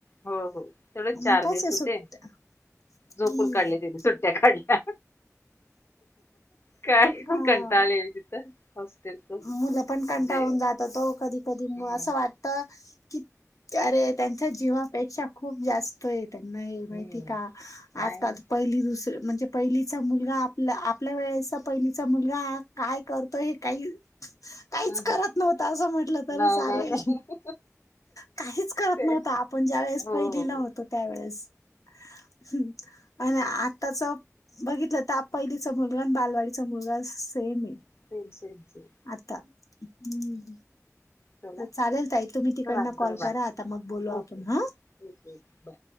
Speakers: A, on the left (about 50°); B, on the left (about 85°).
A: हो, हो. तेवढेच चार
B: मग कायच्या
A: दिवस होते
B: सुट्ट्या
A: झोपून
B: हम्म.
A: काढले तिने सुट्ट्या काढल्या काय
B: हा
A: म कंटाळलेले तिथं हॉस्टेलच
B: मुलं पण कंटाळून
A: जेवण
B: जातात वो कधी कधी
A: हम्म.
B: म असं वाटत की अरे त्यांच्या जीवापेक्षा खूप जास्त य त्यांनाही माहिती
A: हम्म.
B: का
A: नाही
B: आजकाल पहिली दुसर म्हणजे पहिलीचा मुलगा आपला आपल्या वेळेचा पहिलीचा मुलगा काय करतोय हे काही काहीच
A: हं,
B: करत
A: हं.
B: नव्हत असं म्हंटलं तरी
A: नाही,
B: चालेल
A: नाही, नाही.
B: काहीच करत
A: ते
B: नव्हतो आपण ज्या वेळेस
A: हो,
B: पहिलीला
A: हो, हो.
B: होतो त्यावेेळेस हम्म आणि आताच बघितलं तर, पहिलीचा मुलगा आणि बालवाडीचा मुलगा सेम आहे.
A: सेम-सेम-सेम.
B: आता हम.
A: चला,
B: चालेल ताई तुम्ही तिकडन
A: चला, चला
B: कॉल
A: बाय.
B: करा, आता मग बोलू
A: ओके,
B: आपण हा.
A: ओके.
B: <unintelligible>